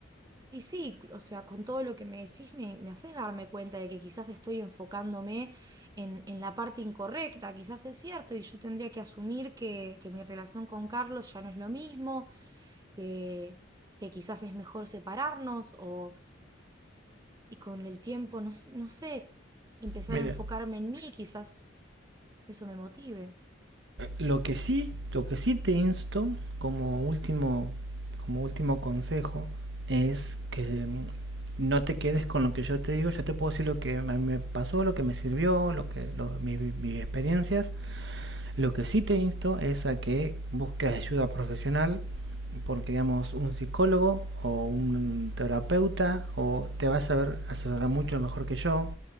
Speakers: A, on the right (about 20°); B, on the right (about 65°).
A: Y sí, o sea, con todo lo que me decís, me, me haces darme cuenta de que quizás estoy enfocándome en, en la parte incorrecta, quizás es cierto, y yo tendría que asumir que, que mi relación con Carlos ya no es lo mismo, que, que quizás es mejor separarnos, o, y con el tiempo, no, s- no sé, empezar
B: Mira,
A: a enfocarme en mí, quizás eso me motive.
B: Lo que sí, lo que sí te insto como último, como último consejo es que mm, no te quedes con lo que yo te digo. Yo te puedo decir lo que me pasó, lo que me sirvió, lo que lo- mi- mis experiencias, Lo que sí te insto es a que busques ayuda profesional, porque digamos un psicólogo o un terapeuta o te va a saber asesorar mucho mejor que yo.